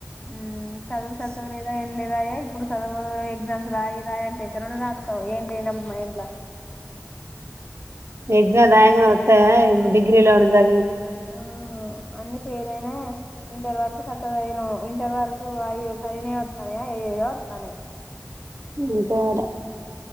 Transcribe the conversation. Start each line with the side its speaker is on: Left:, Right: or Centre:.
Left: ఉమ్ చదువు సక్కగా లేదాయే ఏం లేదాయే ఇప్పుడు చదువు ఎగ్జామ్స్ రాయి రాయీ అంటే ఏమని రాత్తవ్ ఏం లేనప్పుడు మైండ్ ల
Right: ఎగజా దాంగా వస్తా డిగ్రీలా ఉ జా
Left: ఆ అన్ని ఫేయిల్ అయినా ఇంటర్ వరకు సక్కగా అయిను ఇంటర్ వరకు అవి సరినే వస్తాన్నాయ ఏయోద్ తనేే
Right: అకార